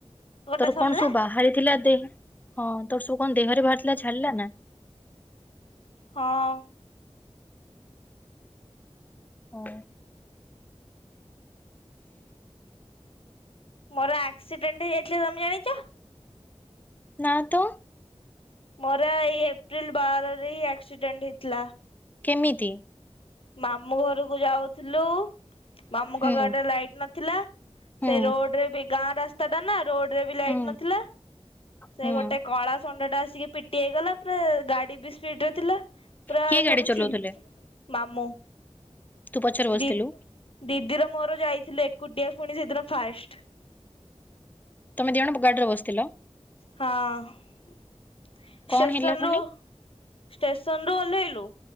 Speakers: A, on the left; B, on the left.
A: ଗୋଟା
B: ତୋର
A: ସରିଲା
B: କଣ ସବୁ ବାହାରିଥିଲା ଦେ ହଁ ତୋର ସବୁ କଣ ଦେହରେ ବାହାରି ଥିଲା ଛାଡିଲା ନା?
A: ହଁ।
B: ହଁ।
A: ମୋର ଆକ୍ସିଡେଣ୍ଟ ହେଇଯାଇଥିଲା ତମେ ଜାଣିଚ?
B: ନା ତ।
A: ମୋର ଏଇ ଏପ୍ରିଲ ବାରରେ ହିଁ ଆକ୍ସିଡେଣ୍ଟ ହେଇଥିଲା।
B: କେମିତି?
A: ମାମୁଁ ଘରକୁ ଯାଉଥିଲୁ ମାମୁ
B: ହୁଁ
A: ଘରଆଡେ ଲାଇଟ ନଥିଲା
B: ହୁଁ
A: ସେ ରୋଡ ରେ ବି ଗାଁ ରାସ୍ତା ଟା ନା ରୋଡ ରେ ଲାଇଟ୍
B: ହୁଁ
A: ନଥିଲା। ସେ
B: ହୁଁ
A: ଗୋଟେ କଳା ଷଣ୍ଢ ଟା ଆସିକି ପିଟି ହେଇଗଲା ପୁରା ଗାଡି ବି ସ୍ପିଡ ରେ ଥିଲା, ପୁରା
B: କିଏ ଗାଡି
A: ସବୁ
B: ଚଲଉଥିଲେ?
A: ଛିନ୍ ମାମୁଁ
B: ତୁ ପଛରେ ବସିଥିଲୁ।
A: ଦି ଦିଦିର ମୋର ଯାଇଥିଲୁ ଏକୁଟିଆ ପୁଣି ସେଦିନ ଫାଷ୍ଟ।
B: ତମେ ଦି ଜଣ ଗାଡି ରେବସିଥିଲ।
A: ହଁ,
B: କଣ
A: ଷ୍ଟେସନ
B: ହେଲା ପୁଣି?
A: ରୁ ଷ୍ଟେସନ ରୁ ଓହ୍ଲେଇଲୁ।